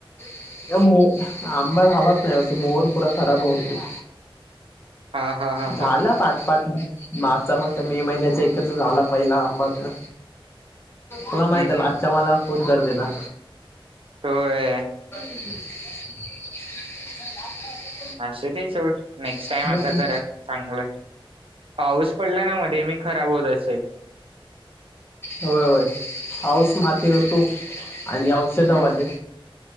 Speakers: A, on the left; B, on the right.
A: <unintelligible> अंबा झाला तर तो मोड पुरा खराब होऊन गेला.
B: हा हा हा
A: झाला
B: हा
A: पाच पाच मागचा, मागचा मे महिन्याचा इकडचा झाला पहिला आंबात ना. तुला
B: हम्म
A: माहितेल
B: हम्म
A: आजच्या मालाला कोण दर देणार.
B: होय
A: <inaudible>
B: असु दे सोड नेक्स्ट
A: देणार
B: टाइम आता करा चांगलं. पाऊस पडला ना मध्ये मी खराब होत असेल.
A: होय, होय पाऊस माती <inaudible> आणि आऊ षधा
B: हम्म.
A: वाले